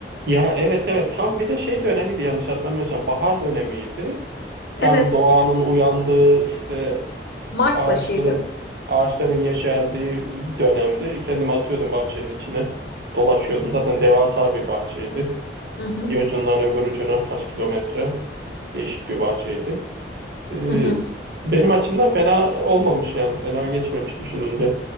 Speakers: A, on the right (about 60°); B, on the left (about 60°).
A: Ya evet evet tam bir de şey dönemiydi yanlış hatırlamıyorsam bahar dönemiydi. Tam
B: Evet,
A: doğanın uyandığı işte
B: Mart
A: ağaçların
B: başıydı.
A: ağaçların yeşerdiği bir dönemdi. Kendimi atıyordum bahçenin içine. Dolaşıyordum. Zaten devasa bir bahçeydi.
B: Hı hı,
A: Bir ucundan öbür ucuna kaç kilometre değişik bir bahçeydi. Ee,
B: hı hı.
A: benim açımdan fena olmamış yani. Fena geçmemiş düşününce